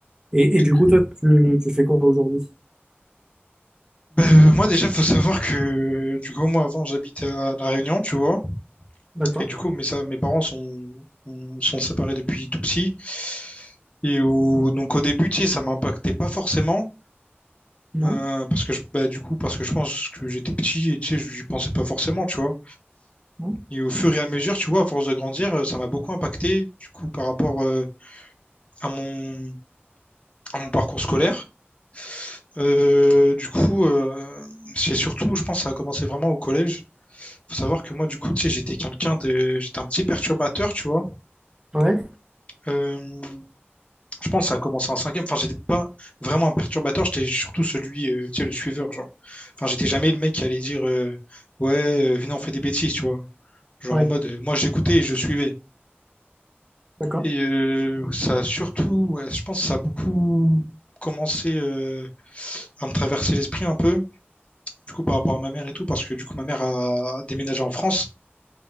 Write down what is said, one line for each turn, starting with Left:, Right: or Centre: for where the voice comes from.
Right: Et, et
Left: Ok.
Right: du coup, toi, tu, tu fais quoi aujourd'hui?
Left: Bah, euh, moi déjà, faut savoir que du coup, moi avant, j'habitais à La Réunion, tu vois,
Right: D'accord.
Left: et du coup, mes, ça, mes parents sont, ont- sont séparés depuis tout petit. Et au- donc au début, tu sais, ça m'impactait pas forcément,
Right: Non?
Left: euh, parce que je, bah, du coup, parce que je pense que j'étais petit et tu sais, j'y pensais pas forcément, tu vois.
Right: Non?
Left: Et au fur et à mesure, tu vois, à force de grandir, euh, ça m'a beaucoup impacté, du coup, par rapport euh, à mon, à mon parcours scolaire. Euh, du coup, euh, c'est surtout, je pense, ça a commencé vraiment au collège. Faut savoir que moi, du coup, tu sais, j'étais quelqu'un de, j'étais un petit perturbateur, tu vois.
Right: Ouais.
Left: Euh, je pense que ça a commencé en cinquième. Enfin, j'étais pas vraiment un perturbateur. J'étais surtout celui, euh, tu sais, le suiveur, genre. Enfin, j'étais jamais le mec qui allait dire, euh, ouais, euh, venez, on fait des bêtises, tu vois. Genre
Right: Ouais.
Left: en mode, euh, moi, j'écoutais et je suivais.
Right: D'accord.
Left: Et euh, ça a surtout, ouais, je pense, que ça a beaucoup commencé euh, à me traverser l'esprit un peu du coup, par rapport à ma mère et tout, parce que du coup, ma mère a déménagé en France,